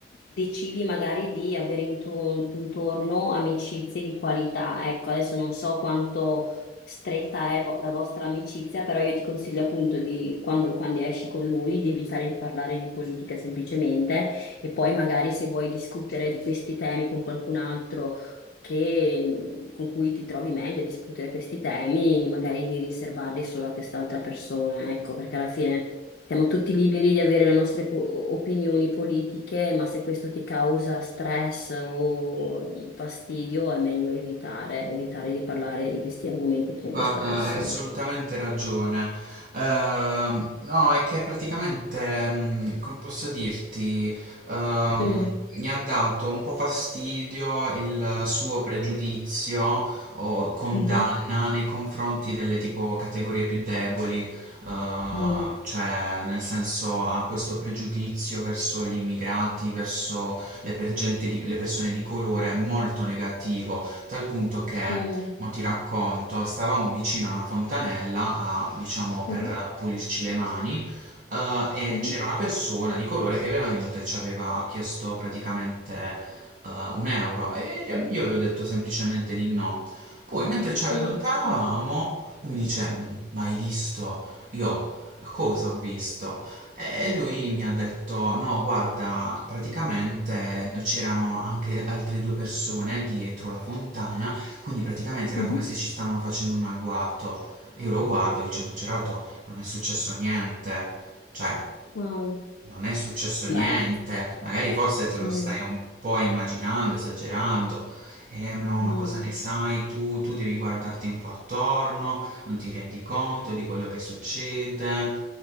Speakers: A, on the left; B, on the right.
A: decidi magari di avere intu- intorno amicizie di qualità. Ecco, adesso non so quanto stretta è vo- la vostra amicizia, però io ti consiglio appunto di, quando, quando esci con lui, di evitare di parlare di politica semplicemente e poi magari se vuoi discutere di questi temi con qualcun altro che- mhmm, con cui ti trovi meglio a discutere questi temi, magari di riservarli solo a quest'altra persona, ecco, perché alla fine siamo tutti liberi di avere le nostre po- opinioni politiche, ma se questo ti causa stress o mhmm, fastidio, è meglio evitare, evitare di parlare di questi argomenti con
B: Guarda,
A: questa persona.
B: hai assolutamente ragione. Ehm, no, è che praticamente, mh, come posso dirti, ehm,
A: Mm,
B: mi ha dato un po' fastidio il suo pregiudizio o condanna
A: mhm,
B: nei confronti delle tipo categorie più deboli, eh,
A: mm,
B: cioè nel senso ha questo pregiudizio verso gli immigrati, verso le per- gente di- le persone di colore molto negativo, tal punto che
A: mm,
B: Mo' ti racconto, stavamo vicino a una fontanella a, diciamo, per
A: mhm,
B: pulirci le mani, eh, e
A: mhm,
B: c'era una persona di colore che era venuta e ci aveva chiesto praticamente eh, un euro e gli- io gli ho detto semplicemente di no. Poi, mentre ci allontanavamo,
A: mm,
B: lui mi dice: Ma hai visto? Io cosa ho visto? E lui mi ha detto: No, guarda, praticamente c'erano anche altre due persone dietro la fontana quindi praticamente era
A: mhm.
B: come se ci stavano facendo un agguato e io lo guardo dicendo Cerato non è successo niente, cioè
A: Ah,
B: non è successo
A: Beh.
B: niente, magari forse te lo
A: Mm,
B: stai un po' immaginando, esagerando. Eh no,
A: mm.
B: ma cosa ne sai tu? Tu devi guardarti un po' attorno, non ti rendi conto di quello che succede.